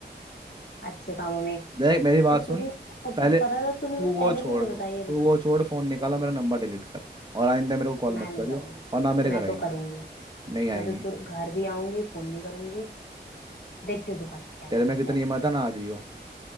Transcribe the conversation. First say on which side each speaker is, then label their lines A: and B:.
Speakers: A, on the left (about 70°); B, on the right (about 25°).
A: अच्छे कामों में
B: देख मेरी बात
A: जब
B: सुन
A: तुझे सब
B: पहले
A: कुछ
B: तू
A: पता था तूने मुझे
B: वो
A: पहले
B: छोड़
A: क्यों नहीं
B: दो
A: बताया ये बता
B: तू वो छोड़ फोन
A: हम्म,
B: निकाला मेरा नंबर डिलीट कर और आइंदा मेरे को कॉल
A: मैं
B: मत
A: नहीं
B: करियो
A: करूंगी
B: और ना मेरे
A: मैं
B: घर आएगी
A: तो करूंगी
B: नहीं आएगी
A: मैं तो तुर घर भी आऊंगी फोन भी करूंगी देखती हूँ तू का- क्या
B: तेरे
A: कर
B: में
A: लेता
B: कितनी
A: है
B: हिम्मत है ना आ जाइयो